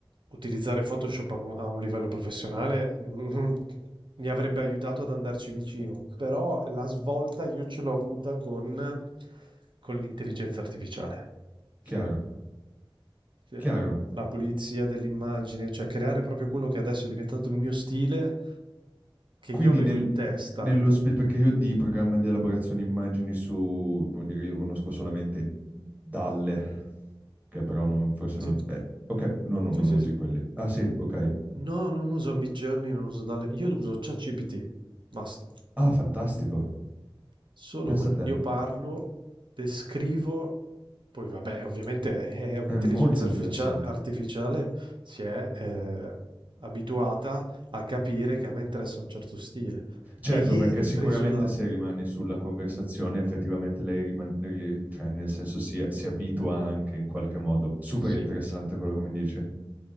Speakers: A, on the right; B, on the right.
A: utilizzare Photoshop a un a un livello professionale, mhmm, <laughs> mi avrebbe aiutato ad andarci vicino, però la svolta io ce l'ho avuta con con l'intelligenza artificiale, sì.
B: chiaro,
A: Sì.
B: chiaro.
A: La pulizia dell'immagine, cioè creare proprio quello che adesso è diventato il mio stile, che
B: Quindi
A: io avevo
B: nel-
A: in testa.
B: nello spe- perché io di programma di elaborazione immagini su, come dire, io conosco solamente Dalle, che però non, forse
A: Sì,
B: non... eh, ok, no, no,
A: sì,
B: non
A: sì,
B: usi
A: sì.
B: quelli. Ah sì, ok.
A: No, non uso Midjourney, non uso dalle io uso ChatGPT, basta.
B: Ah, fantastico.
A: Solo
B: Pensa
A: quello.
B: a te.
A: Io parlo, descrivo, poi vabbè, ovviamente è un'intelligenza
B: È molto interessante.
A: arficia- artificiale, si è eh, abituata a capire che a me interessa un certo stile.
B: Certo,
A: E ieri,
B: perché sicuramente
A: preso da...
B: se rimane sulla conversazione, effettivamente lei rimane, cioè nel senso si, si abitua anche in qualche modo. Super
A: Sì,
B: interessante quello che mi dice.